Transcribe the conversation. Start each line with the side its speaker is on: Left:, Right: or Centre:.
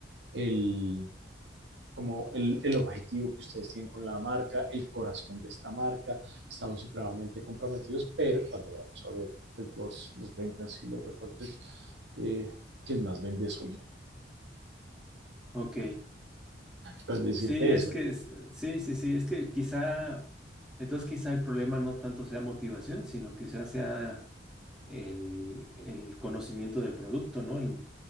Right: el, como el, el objetivo que ustedes tienen con la marca, el corazón de esta marca, estamos supremamente comprometidos, pero cuando vamos a ver pues, los, los ventas y los reportes, eh, quien más vende soy yo.
Centre: ok.
Right: Pues decirte
Centre: Sí,
Right: eso,
Centre: es que, es- sí, sí, sí, es que quizá, entonces quizá el problema no tanto sea motivación, sino quizá sea el, el conocimiento del producto, ¿no? El-